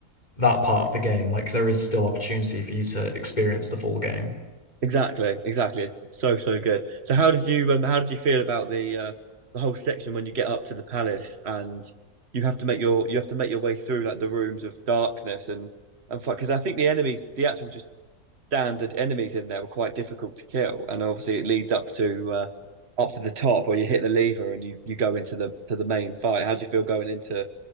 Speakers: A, on the left; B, on the right.
A: that part of the game. Like there is still opportunity for you to experience the full game.
B: Exactly, exactly. It's so so good. So how did you um, how did you feel about the uh, the whole section when you get up to the palace and you have to make your you have to make your way through like the rooms of darkness and and because I think the enemies the actual just standard enemies in there were quite difficult to kill and obviously it leads up to uh, up to the top where you hit the lever and you you go into the to the main fight. How do you feel going into